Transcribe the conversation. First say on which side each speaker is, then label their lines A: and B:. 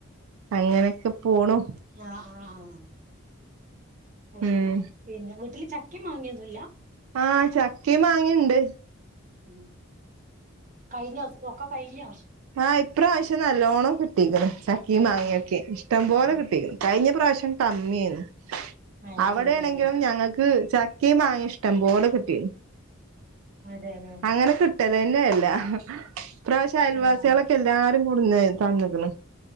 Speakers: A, on the right; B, on the right.
A: അങ്ങനെയൊക്കെ പോണു
B: ആഹ് ആഹ് ആഹ് അത്
A: ഉം
B: ശരി പിന്നെ വീട്ടില് ചക്കിം മാ ങ്ങിംയൊന്നുല്ല.
A: ആ ചക്കിം മാങ്ങിംണ്ട്.
B: ഉ കഴിഞ്ഞോസ് ഒക്കെ കഴിഞ്ഞോ.
A: ആ ഇപ്രാവശ്യം നല്ലോണം കിട്ടീക് ണ് ച ചക്കിം മാങ്ങൊക്കെ
B: ആണോ
A: ഇഷ്ടം
B: ആഹ്
A: പോലെ കിട്ടീക്ണ് കഴിഞ്ഞ പ്രാവശ്യം കമ്മിഏർന്ന്.
B: അയക്കൂലല്ലേ
A: അവടെ ആണെങ്കിലും ഞങ്ങക്ക്. ചക്കിം മാങ്ങിം ഇഷ്ടം പോലെ കിട്ടീക്ണ്
B: അതെല്ലേ
A: അങ്ങനെ കിട്ടലല്ലെ ഇല്ല ഇപ്രാവശ്യം അയൽവാസിയെ
B: ആഹ്
A: ളൊക്കെ എല്ലാരും കൊടുന്ന് തന്ന്ക്ക്ണ്.